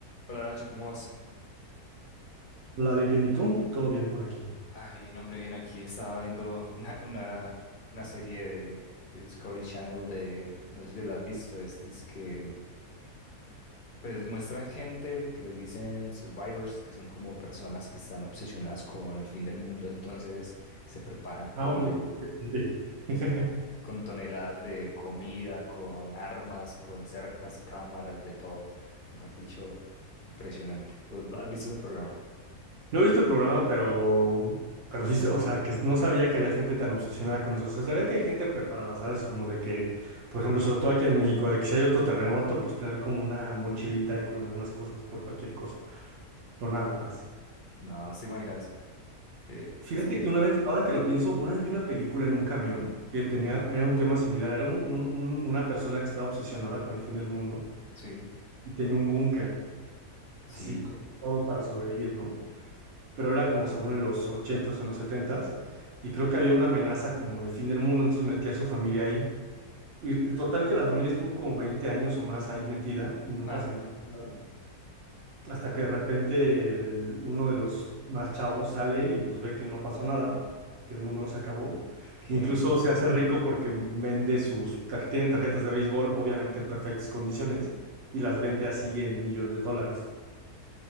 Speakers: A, on the left; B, on the right.
A: Hola Nacho, ¿cómo vas?
B: La Vic, bien, ¿y tú? Todo bien por aquí.
A: Ah, bien, hombre, bien. Aquí estaba viendo <laughs> una, una, una serie de, de Discovery Channel de, no sé si la has visto, es, que pues muestran gente que les dicen survivors, que son como personas que están obsesionadas con el fin del mundo, entonces se preparan con,
B: Ah, órale, qué interesante. <laughs>
A: con toneladas de comida, con armas, con cercas, cámaras, de todo. Mejor dicho, impresionante. ¿Vos has visto ese programa?
B: No he visto el programa, pero, pero sí, o sea, que no sabía que había gente tan obsesionada con eso. O sea, sabía que hay gente preparada, ¿sabes? Como de que, por ejemplo, sobre todo aquí en México, de que si hay otro terremoto, pues tener como una mochilita y con algunas cosas por cualquier cosa, pero nada más.
A: No, se imaginas. Eh,
B: Fíjate
A: es que,
B: que una vez, ahora que lo pienso, una vez vi una película en un camión que tenía, era un tema similar, era un- un- un- una persona que estaba obsesionada con el fin del mundo
A: sí.
B: y tenía un búnker, así,
A: Sí,
B: como todo para sobrevivir, ¿no? pero era como según en los ochentas o en los setentas y creo que había una amenaza como de fin del mundo, entonces metía a su familia ahí. Y el total que la familia estuvo como 20 años o más ahí metida y nunca
A: Ah,
B: se enteró de nada, hasta que de repente el- uno de los más chavos sale y pues ve que no pasó nada, que el mundo no se acabó.
A: qué.
B: Incluso se hace rico porque vende sus, tar- tiene tarjetas de béisbol, obviamente en perfectas condiciones, y las vende así en millones de dólares.